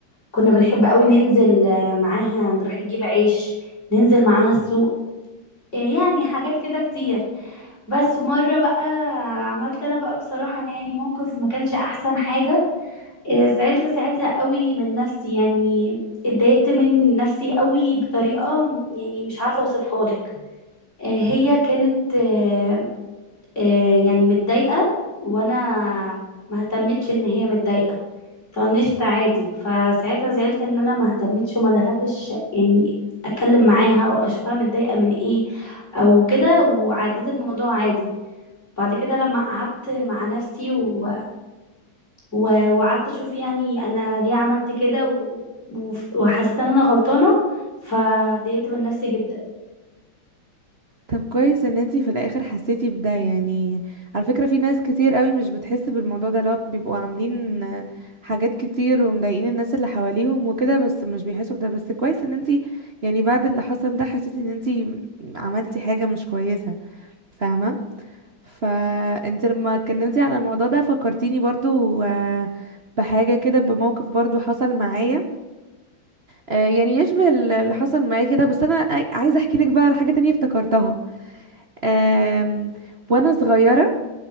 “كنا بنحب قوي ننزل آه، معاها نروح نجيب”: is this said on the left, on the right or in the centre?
Left